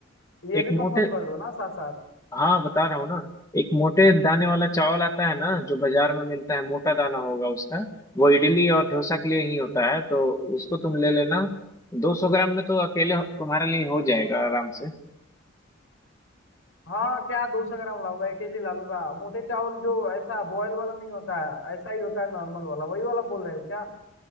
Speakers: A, on the left (about 75°); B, on the left (about 15°).
A: ये
B: एक
A: भी कंफर्म
B: मोटे
A: कर दो ना साथ साथ
B: हाँ बता रहा हूँ ना एक मोटे दाने वाला चावल आता है ना जो बाजार में मिलता है मोटा दाना होगा उसका वो इडली और डोसा के लिए ही होता है तो उसको तुम ले लेना 200 ग्राम में तो अकेले तुम्हारे लिए हो जाएगा आराम से
A: हाँ क्या दो सौ ग्राम लाऊंगा एक केजी ला लूंगा मोटे चावल जो ऐसा बॉयल वाला नहीं होता है ऐसा ही होता है नॉर्मल वाला वही वाला बोल रहे हो क्या